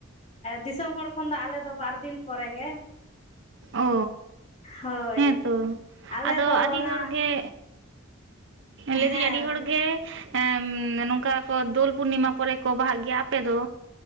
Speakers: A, on the left; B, on the right.
A: ᱫᱤᱥᱚᱢ ᱦᱚᱲ ᱠᱷᱚᱱ ᱫᱚ ᱟᱞᱮ ᱫᱚ ᱵᱟᱨᱫᱤᱱ ᱯᱚᱨᱮᱜᱮ᱾
B: ᱚ
A: ᱦᱳᱭ
B: ᱦᱮᱸᱛᱚ
A: ᱟᱞᱮ
B: ᱟᱫᱚ
A: ᱫᱚ
B: ᱟᱹᱰᱤ
A: ᱚᱱᱟ
B: ᱦᱚᱲ ᱜᱮ᱾ ᱞᱟᱹᱭ
A: ᱦᱮᱸ
B: ᱫᱟᱹᱧ ᱟᱹᱰᱤ ᱦᱚᱲ ᱜᱮ᱾ ᱮᱢ ᱱᱚᱝᱠᱟ ᱠᱚ ᱫᱳᱞ ᱯᱩᱨᱱᱤᱢᱟ ᱯᱚᱨᱮ ᱠᱚ ᱵᱟᱦᱟ ᱜᱮᱭᱟ ᱟᱯᱮ ᱫᱚ᱾